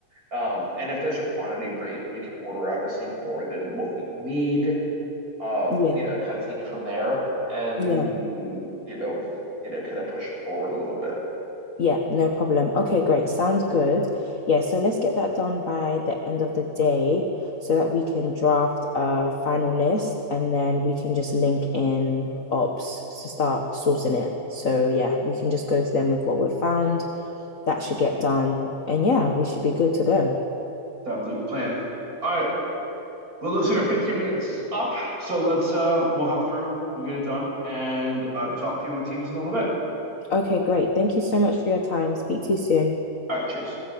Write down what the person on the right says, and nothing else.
Um, and if there's a quantity break, we can order obviously more than what we need. Um,
you know, kind of take it from there, and
you know, you know, kind of push it forward a little bit.
Sounds like a plan. All right. Well, it looks like our 15 minutes is up, so let's uh we'll hop through, we'll get it done, and I will talk to you on Teams in a little bit.
All right, cheers.